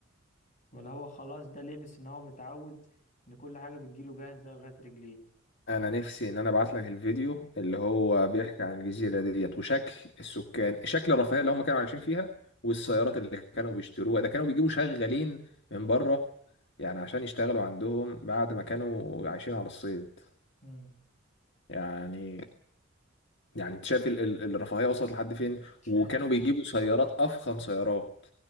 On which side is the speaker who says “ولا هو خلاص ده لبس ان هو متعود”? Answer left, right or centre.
Left